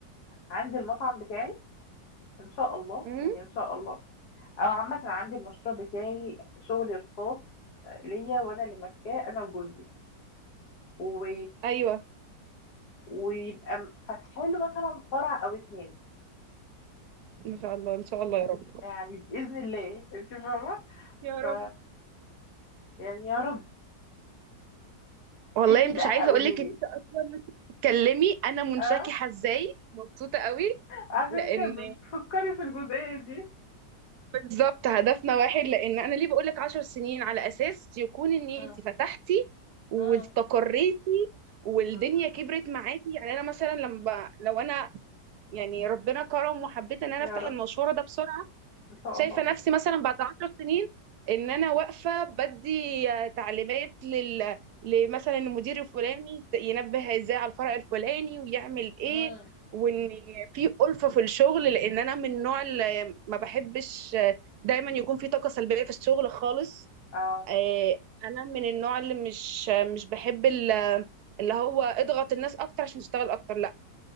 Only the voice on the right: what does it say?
مم؟
ايوه
ما شاء الله ان شاء الله يا رب
يا
رب
والله
مش عايزه
اقول لك
ان انت اصلا وانت بتتكلمي انا منشكحه
ازاي مبسوطه قوي
لان
بالظبط هدفنا واحد لان انا ليه بقول لك 10 سنين على اساس يكون ان
انت فتحتي واستقريتي
والدنيا
كبرت معاكي يعني انا مثلا لما ب- لو انا يعني ربنا كرم وحبيت ان انا
افتح
المشوار ده بسرعه
شايفه
نفسي مثلا بعد عشر سنين ان انا واقفه بدي آه، تعليمات لل لمثلا المدير الفلاني ينبه ازاي على الفرع الفلاني ويعمل ايه
وان في ألفة في الشغل لان انا من النوع اللي ما بحبش آه، دايما يكون في طاقه سلبيه في الشغل خالص
آه، انا من النوع اللي مش آه، مش بحب ال- آه، اللي هو اضغط الناس اكتر عشان تشتغل اكتر لا